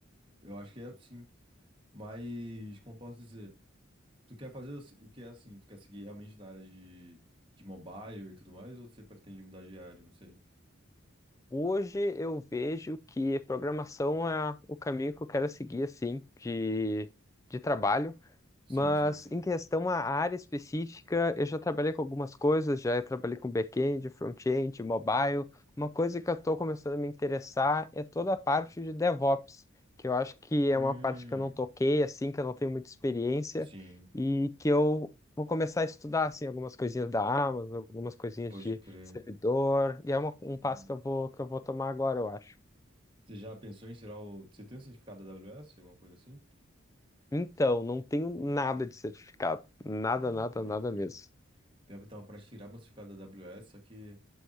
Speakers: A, on the right; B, on the left.
A: Eu acho que é sim. Mas, como posso dizer? Tu quer fazer o se- o que é assim? Tu quer seguir realmente na área de, de mobile e tudo mais? Ou você pretende mudar de área? Não sei.
B: Hoje eu vejo que programação é o caminho que eu quero seguir, assim, de, de trabalho.
A: Sim,
B: Mas
A: sim, sim.
B: em questão à área específica, eu já trabalhei com algumas coisas, já trabalhei com back-end, front-end, mobile. Uma coisa que eu estou começando a me interessar é toda a parte de DevOps, que eu acho que é
A: Hum,
B: uma parte que eu não toquei, assim, que eu não tenho muita experiência
A: sim.
B: e que eu vou começar a estudar, assim, algumas coisinhas da Amazon, algumas coisinhas
A: Pode
B: de
A: crer.
B: servidor, e é uma- um
A: Hum.
B: passo que eu vou, que eu vou tomar agora, eu acho.
A: Você já pensou em tirar o. Você tem um certificado da AWS? Alguma coisa assim?
B: Então, não tenho nada de certificado, nada,
A: Ah,
B: nada,
A: pode
B: nada
A: crer.
B: mesmo.
A: Pior que eu tava pra tirar meu certificado da AWS, só que.